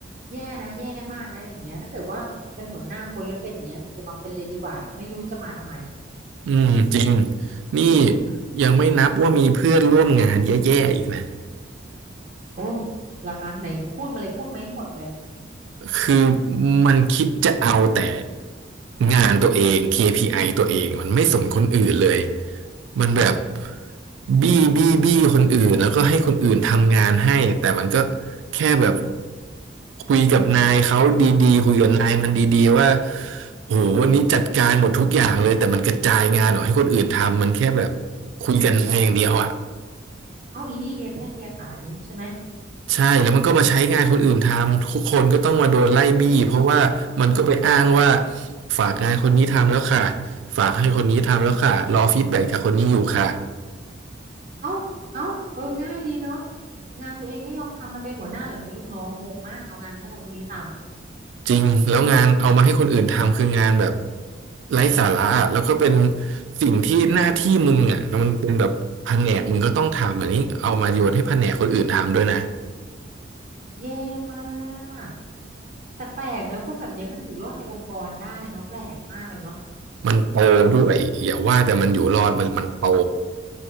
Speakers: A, on the right; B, on the right.
A: แย่นะแย่มากนะอย่างเงี้ยถ้าเกิดว่าเป็นหัวหน้าคนแล้วเป็นอย่างเงี้ยอย่ามาเป็นเลยดีกว่าไม่รู้จะมาทำไม
B: อืมจริงนี่ยังไม่นับว่ามีเพื่อนร่วมงานแย่ๆอีกนะ
A: โอ้ล่ะคะไหนพูดมาเลยพูดไหมหมดเลย
B: คือมันคิดจะเอาแต่งานตัวเอง KPI ตัวเองมันไม่สนคนอื่นเลยมันแบบบี้บี้บี้คนอื่นแล้วก็ให้คนอื่นทำงานให้แต่มันก็แค่แบบคุยกับนายเขาดีๆคุยกับนายมันดีๆว่าโอ้โหวันนี้จัดการหมดทุกอย่างเลยแต่มันกระจายงานออกให้คนอื่นทำมันแค่แบบคุยกันนายอย่างเดียวอ่ะ
A: เอ้าอีนี่เลียแข้งเลียขานี้ใช่ไหม
B: ใช่แล้วมันก็มาใช้งานคนอื่นทำทุกคนก็ต้องมาโดนไล่บี้เพราะว่ามันก็ไปอ้างว่าฝากงานคนนี้ทำแล้วค่ะฝากให้คนนี้ทำแล้วค่ะรอฟีดแบ็กจากคนนี้อยู่ค่ะ
A: เอ้าเอ้าเออง่ายดีเนาะงานตัวเองไม่ยอมทำมันเป็นหัวหน้าหรือมันเป็นลูกน้องงงมากเอางานให้คนคนนี้ทำ
B: จริงแล้วงานเอามาให้คนอื่นทำคืองานแบบไร้สาระอะแล้วก็เป็นสิ่งที่หน้าที่มึงอ่ะแล้วมันเป็นแบบแผนกมึงก็ต้องทำอันนี้เอามาโยนให้แผนกคนอื่นทำด้วยนะ
A: แย่มากแต่แปลกเนอะคนแบบเนี้ยมันอยู่รอดในองค์กรได้เนาะแปลกมากเลยเนาะ
B: มันโตด้วยอย่าว่าแต่มันอยู่รอดมันมันโต